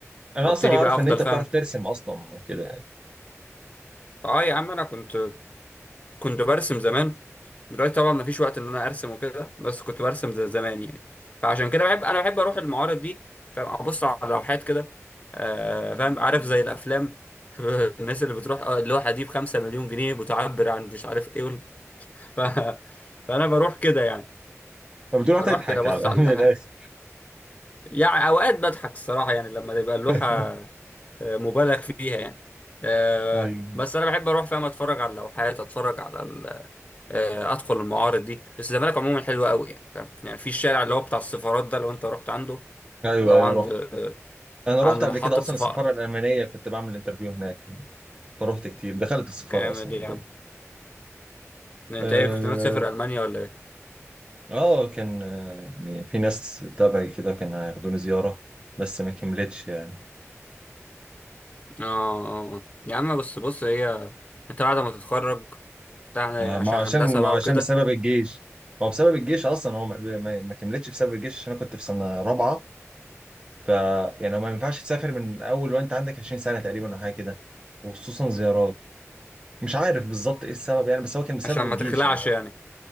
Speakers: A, on the right; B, on the left.
A: انا
B: وابتدي
A: اصلا اعرف
B: بقى افضل
A: ان انت
B: فاهم
A: بتعرف ترسم اصلا وكده يعني.
B: اه يا عم انا كنت كنت برسم زمان دلوقتي طبعا مفيش وقت ان انا ارسم وكده بس كنت برسم زي زمان يعني فعشان كده بحب انا بحب اروح المعارض دي فاهم ابص على لوحات كده آه فاهم عارف زي الافلام <laughs> الناس اللي بتروح آه، اللوحه دي بخمسة مليون جنيه بتعبر عن مش عارف ايه وال- <laughs> ف... فانا بروح كده يعني
A: فبتروح
B: بروح
A: تضحك
B: كده ابص
A: على
B: على
A: <laughs> من
B: اللوحه
A: الاخر
B: يعني اوقات بضحك الصراحه يعني لما تبقى اللوحه
A: <laughs>
B: آه، مبالغ فيها يعني آه
A: ايوه
B: بس انا بحب اروح فاهم اتفرج على اللوحات اتفرج على آه، ادخل المعارض دي بس الزمالك عموما حلوه قوي يعني فاهم يعني في الشارع اللي هو بتاع السفارات ده لو انت رحت عنده
A: ايوه
B: لو
A: ايوه
B: عند
A: رحت
B: آه،
A: انا
B: عند
A: رحت
B: محطه
A: قبل كده اصلا
B: صفاء
A: السفاره الالمانيه كنت بعمل انترفيو هناك فرحت كتير دخلت السفاره
B: جامد
A: اصلا
B: يا
A: جوه
B: عم ده
A: اه
B: انت ايه كنت ناوي تسافر المانيا ولا ايه
A: آه، كان آه، يعني في ناس تبعي كده كان هياخدوني زياره بس ما كملتش يعني
B: اه اه آه. يا عم بس بص هي انت بعد ما تتخرج بتاع
A: آه
B: يعني
A: ما
B: عشان
A: هو
B: هندسه
A: عشان ما
B: بقى
A: هو
B: وكده
A: عشان بسبب الجيش ما هو بسبب الجيش اصلا هو ما, ما ما كملتش بسبب الجيش عشان انا كنت في سنه رابعه ف يعني ما ينفعش تسافر من اول وانت عندك 20 سنه تقريبا او حاجه كده وخصوصا زيارات مش عارف بالظبط ايه السبب يعني بس هو كان بسبب
B: عشان
A: الجيش
B: ما تخلعش
A: يعني
B: يعني